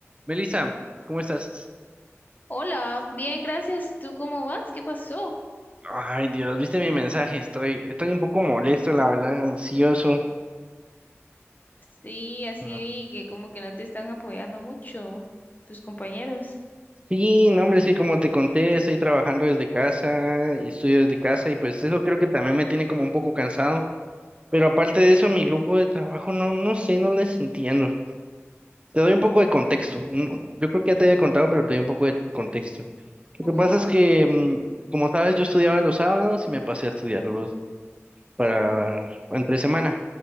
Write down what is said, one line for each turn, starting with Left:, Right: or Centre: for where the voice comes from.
Right: Melissa, ¿cómo estás?
Left: Hola, bien, gracias. ¿Tú cómo vas? ¿Qué pasó?
Right: Ay, Dios, ¿viste mi mensaje? Estoy, estoy un poco molesto, la verdad, ansioso.
Left: Sí, así
Right: Ah.
Left: vi que como que no te están apoyando mucho tus compañeros.
Right: Sí, no, hombre, sí, como te conté, estoy trabajando desde casa, estudio desde casa y pues eso creo que también me tiene como un poco cansado. Pero aparte de eso, mi grupo de trabajo, no, no sé, no les entiendo. Te doy un poco de contexto. no, Yo creo que ya te había contado, pero te doy un poco de contexto. Lo
Left: Ok.
Right: que pasa es que, mm, como sabes, yo estudiaba los sábados y me pasé a estudiarlos para entre semana.